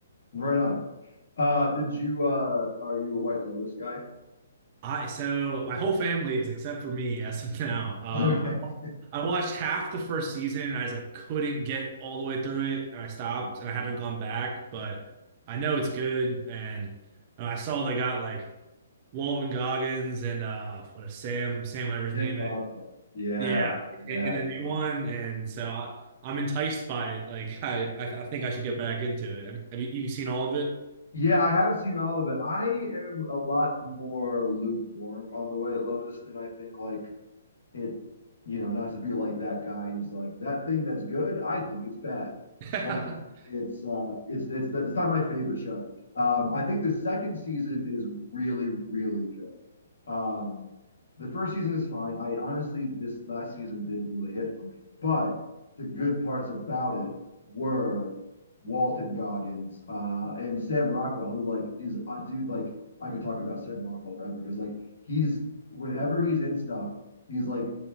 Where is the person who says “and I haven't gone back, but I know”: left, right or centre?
Right